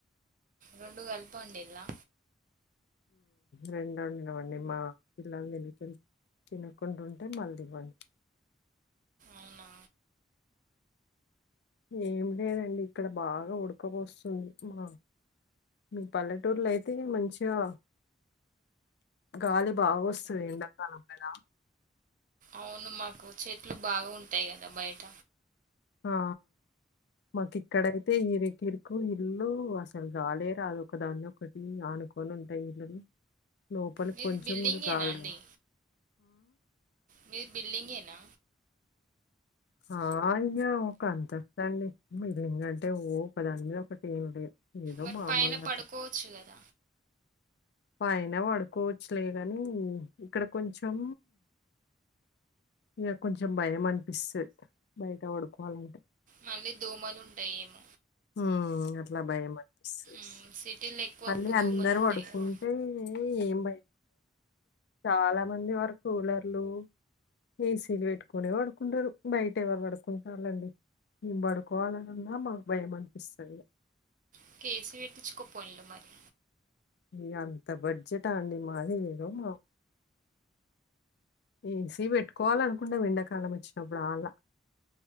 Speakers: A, on the right; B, on the left.
A: రెండు కలిపం ఉండడిలా
B: రెండోడి ఇవ్వండి మా పిల్లలు ననుకలి తినకుండా ఉంటే మళ్ళీ ఇవ్వండి
A: అవునా
B: ఏం లేదండి ఇక్కడ బాగా ఉడక వస్తుంది మా మీ పల్లెటూర్లో అయితే మంచిగా గాలి బాగా వస్తుంది ఎండాకాలం కదా
A: అవును మాకు చెట్లు బాగా ఉంటాయి కదా బయట
B: ఆ మాకు ఇక్కడైతే ఇరుకు ఇరుకు ఇల్లు అసలు రాలేరాదు ఒకదాన్ని ఒకటి ఆనుకొని ఉంటాయి ఇల్లులు లోపలికి
A: మీది
B: కొంచెం
A: బిల్డింగేనా
B: కూడా గాలరా
A: అండి మీది బిల్డింగ్ ఏనా
B: ఆ అయ్యా ఒక అంతస్తు అండి మల్లికంటే ఓ పదాని మీద ఒకటి ఏం లేదు ఏదో
A: మరి
B: మామ్మలట
A: పైన పడుకోవచ్చు కదా
B: పైన వాడుకోవచ్చులే కానీ ఇక్కడ కొంచెం ఇక కొంచెం భయం అనిపిస్తుంది బయట వాడుకోవాలంటే
A: మళ్ళీ దోమలు ఉంటాయి ఏమో
B: హ అట్లా భయం అనిపిస్తు
A: ఏమో సిటీలో ఎక్కువ
B: మళ్ళీ
A: దోమలు
B: అందరు
A: ఉంటాయి
B: వడుకుంటే
A: కదా
B: ఏం బయ చాలా మంది వారు కూలర్లు ఏసీలు పెట్టుకుని పడుకుంటారు బయట ఎవరు పడుకుంటారులెండి మేము పడుకోవాలన్నా మాకు భయం అనిపిస్తుంది
A: ఒక ఏసి పెట్టిచ్చుకో పోలో మరి
B: మీ అంత బడ్జెట్ అండి మాది ఏదో మా ఏసి పెట్టుకోవాలనుకుంటాం ఎండాకాలం వచ్చినప్పుడు అలా